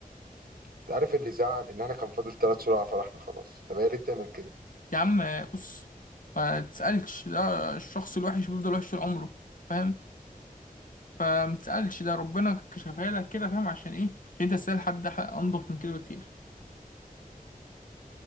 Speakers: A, on the right (about 80°); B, on the left (about 65°).
A: انت عارف اللي زعل ان انا كان فاضل ثلاث شهور على فرحنا خلاص طب هي ليه بتعمل كده
B: يا عم بص ما تسألش ده الشخص الوحش بيفضل وحش طول عمره فاهم فما تسألش ده ربنا كشفها لك كده فاهم عشان ايه عشان انت تسأل حد ح- انضف من كده بكتير